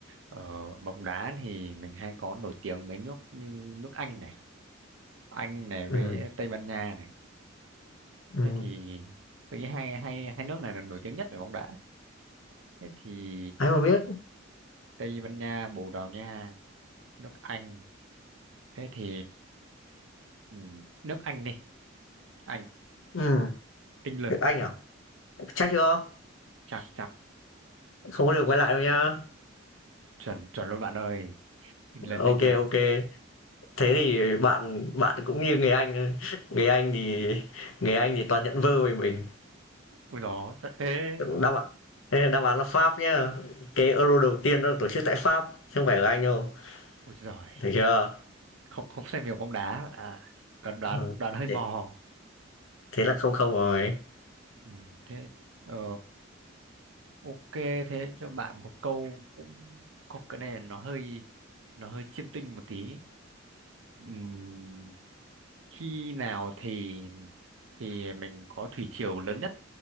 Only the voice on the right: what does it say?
ở bóng đá thì mình hay có nổi tiếng mấy nước như nước Anh này Anh này
với Tây Ban Nha này
thế thì tôi nghĩ hai hai hai nước này là nổi tiếng nhất về bóng đá thế thì
Tây Ban Nha Bồ Đào Nha nước Anh thế thì ừ, nước Anh đi Anh
England
chặt chặt
chuẩn chuẩn luôn bạn ơi England
England
ui gió sợ thế
ui giời
không không xem nhiều bóng đá bạn ạ. đoán đoán
đoán hơi
mò
ừ, thế ờ, ok thế cho bạn một câu cũng không cái này nó hơi nó hơi chiêm tinh một tí Ừm, khi nào thì thì mình có thủy triều lớn nhất